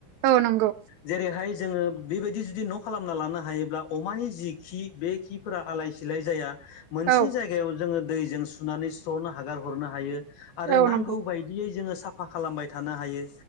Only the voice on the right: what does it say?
औ नंगौ।
औ
औ
नंगौ